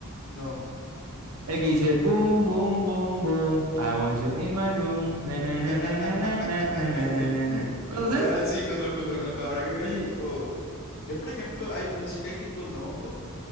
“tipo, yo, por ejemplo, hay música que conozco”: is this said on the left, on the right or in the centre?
Left